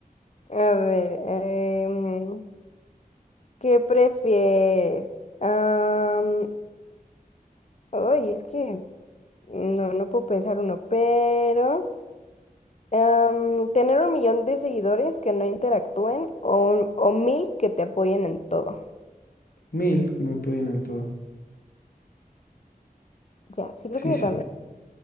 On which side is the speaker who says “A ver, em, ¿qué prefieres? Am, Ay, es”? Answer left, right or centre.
Left